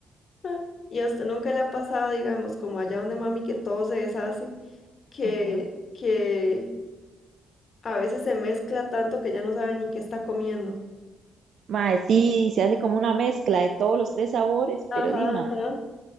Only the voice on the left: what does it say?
ah, Y a usted nunca le ha pasado, digamos, como allá donde mami, que todo se deshace, que,
que a veces se mezcla tanto que ya no sabe ni qué está comiendo.
Ajá,
ajá.